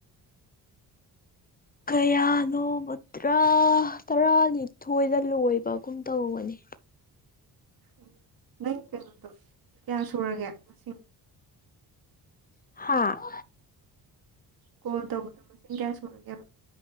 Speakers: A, on the left; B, on the right.
A: ꯀꯌꯥꯅꯣ ꯇꯔꯥ ꯇꯔꯥꯅꯤꯊꯣꯏꯗ ꯂꯣꯏꯕꯒꯨꯝ ꯇꯧꯕꯅꯤ꯫
B: ꯎꯝ ꯅꯪ ꯀꯩꯅꯣꯗꯣ ꯀꯌꯥ ꯁꯨꯔꯒꯦ ꯃꯁꯤꯡ꯫
A: ꯍꯥꯥ
B: ꯀꯣꯜ ꯇꯧꯕꯗ ꯃꯁꯤꯡ ꯀꯌꯥ ꯁꯨꯔꯒꯦꯕ